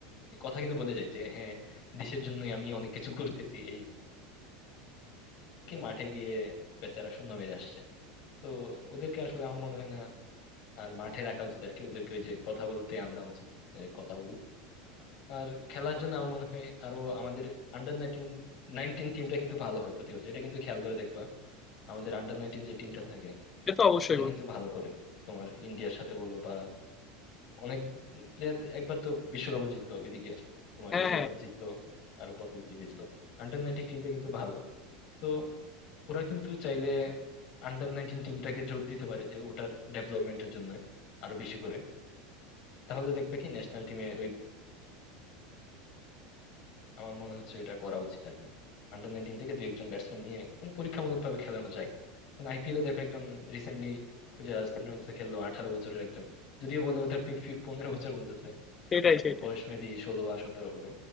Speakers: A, on the left; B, on the left.
A: এই কথা কিন্তু বলে যায় যে হ্যাঁ দেশের জন্য আমি অনেক কিছু করতেছি এই কি মাঠে গিয়ে বেচারা শূন্য মেরে আসছে তো ওদেরকে আসলে আমার মনে হয় না আর মাঠে রাখা উচিত আর কি ওদেরকে ওই যে কথা বলতে আনা উচিত এ, কথা বলুক আর খেলার জন্য আমার মনে হয় আরো আমাদের আন্ডার নাইনটিন নাইনটিন টিমটা কিন্তু ভালো হয় প্রতি বছর এটা কিন্তু খেয়াল করে দেখবা আমাদের আন্ডার নাইনটিন যে টিমটা থাকে
B: সে তো অবশ্যই
A: ওটা
B: বন্ধু।
A: কিন্তু ভালো করে তোমার ইন্ডিয়ার সাথে বলো বা অনেক প্লেয়ার একবার তো বিশ্বকাপও জিতলো ওইদিকে তোমার
B: হ্যাঁ,
A: এশিয়া
B: হ্যাঁ।
A: কাপ জিতলো আরো কত কিছু জিতলো আন্ডার নাইনটিন টিমটা কিন্তু ভালো তো ওরা কিন্তু চাইলে আন্ডার নাইনটিন টিমটাকে জোর দিতে পারে যে ওটার ডেভেলপমেন্টের জন্য আরো বেশি করে তাহলে দেখবে কি ন্যাশনাল টিমে ওই আমার মনে হচ্ছে এটা করা উচিত আর কি আন্ডার নাইনটিন থেকে দুই একজন ব্যাটসম্যান নিয়ে মানে পরীক্ষামূলক ভাবে খেলানো যায় মানে আইপিএল এ দেখো একজন রিসেন্টলি ওই যে রাজস্থান রয়্যালস এ খেললো আঠারো বছরের একজন যদিও বলে ওদের ফি- ফি- পনেরো বছর বলতেছে
B: সেটাই,
A: বাট
B: সেটাই।
A: বয়স মেবি ষোলো বা সতেরো হবে